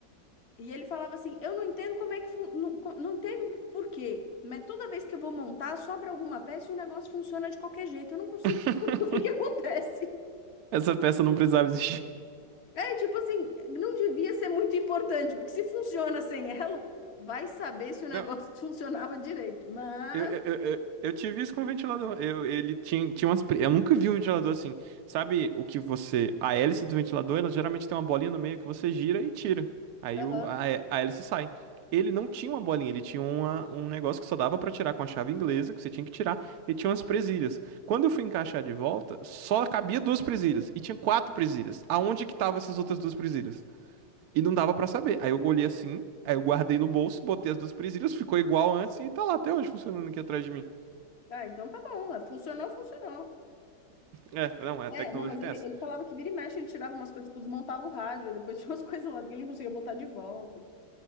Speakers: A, on the left; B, on the right.
A: e ele falava assim: Eu não entendo como é que. fun- Não, co- não entendo por quê, mas toda vez que eu vou montar, sobra alguma peça e o negócio funciona de qualquer jeito. Eu não consigo.
B: <laughs>
A: <laughs> O que que acontece?
B: Essa peça não precisava existir.
A: É tipo assim, não devia ser muito importante, porque se funciona sem ela, vai saber se o negócio
B: Não,
A: <laughs> funcionava direito. Mas.
B: eu, eu, eu, eu eu tive isso com o ventilador. Eu, ele tinha, tinha umas. pre- Eu nunca vi um ventilador assim. Sabe o que você. A hélice do ventilador, ela geralmente tem uma bolinha no meio que você gira e tira. Aí
A: Aham.
B: o, a, hé- a hélice sai. Ele não tinha uma bolinha, ele tinha uma, um negócio que só dava pra tirar com a chave inglesa, que você tinha que tirar, e tinha umas presilhas. Quando eu fui encaixar de volta, só cabia duas presilhas, e tinha quatro presilhas. Aonde que estavam essas outras duas presilhas? E não dava pra saber. Aí eu olhei assim, aí eu guardei no bolso, botei as duas presilhas, ficou igual antes e tá lá até hoje funcionando aqui atrás de mim.
A: Ah, então tá bom. é, Funcionou, funcionou.
B: É, não, é, a
A: É,
B: tecnologia
A: não, mas ele,
B: tem essa.
A: ele falava que vira e mexe, ele tirava umas coisas, tipo, desmontava o rádio, aí depois tinha umas <laughs> coisas lá que ele não conseguia botar de volta.